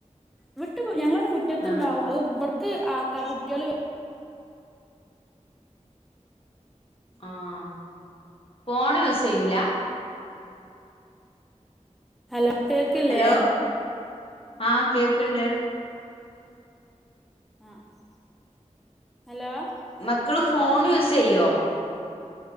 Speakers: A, in the centre; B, on the left.
A: വിട്ടു ഞങ്ങളെ ഔടെ മുറ്റത്തുണ്ടാവും.
B: ആഹ്
A: അത് ഇബട്ക്ക് ആക്കാ കുട്ട്യേള് വ
B: ആഹ് ഫോണ് യൂസ് ചെയ്യൂല.
A: ഹലൊ കേക്ക്ല്ലെ
B: ഹലോ ആഹ് കേക്ക്ണ്ട്
A: ആഹ് ഹലോ
B: മക്കള് ഫോണ്
A: ആഹ്
B: യൂസ് ചെയ്യോ